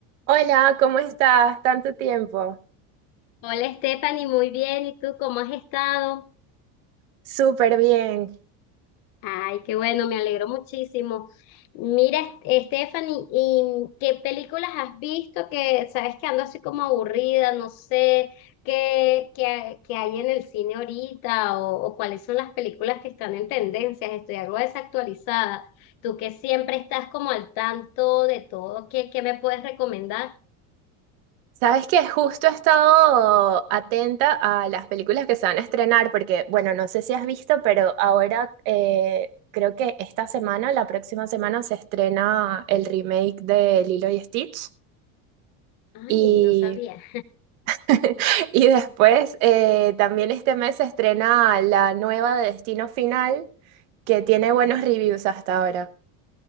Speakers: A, on the right; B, on the left.
A: Hola, ¿cómo estás? Tanto tiempo.
B: Hola Stephanie, muy bien. ¿Y tú cómo has estado?
A: Súper bien.
B: Ay, qué bueno, me alegro muchísimo. Mira, Est- Stephanie, ¿y qué películas has visto que sabes que ando así como aburrida, no sé qué, qué, hay qué hay en el cine ahorita o, o cuáles son las películas que están en tendencias? Estoy algo desactualizada. Tú que siempre estás como al tanto de todo, ¿qué, qué me puedes recomendar?
A: Sabes que justo he estado atenta a las películas que se van a estrenar, porque, bueno, no sé si has visto, pero ahora eh, creo que esta semana, la próxima semana, se estrena el remake de Lilo y Stitch.
B: Ay,
A: Y,
B: no sabía.
A: <laughs> y después eh, también este mes se estrena la nueva de Destino Final, que tiene buenos reviews hasta ahora.